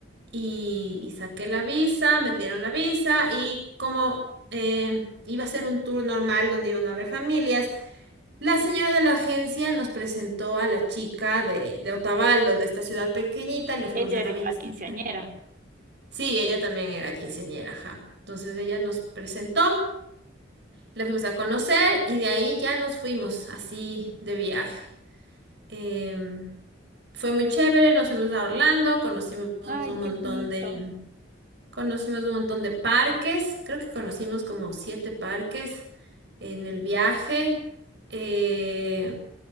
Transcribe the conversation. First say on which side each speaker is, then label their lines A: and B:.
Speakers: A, on the right; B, on the right.
A: y, y saqué la visa, me dieron la visa y como eh, iba a ser un tour normal donde iban a haber familias, la señora de la agencia nos presentó a la chica de, de Otavalo, de esta ciudad pequeñita, y le fuimos
B: Ella
A: a
B: era igual
A: visitar.
B: quinceañera.
A: Sí, ella también era quinceañera, ajá. Entonces ella nos presentó, la fuimos a conocer y de ahí ya nos fuimos así de viaje. Em, fue muy chévere, nos fuimos a Orlando, conocimos
B: Ay,
A: un montón
B: qué bonito.
A: de, conocimos un montón de parques, creo que conocimos como siete parques en el viaje. Eh,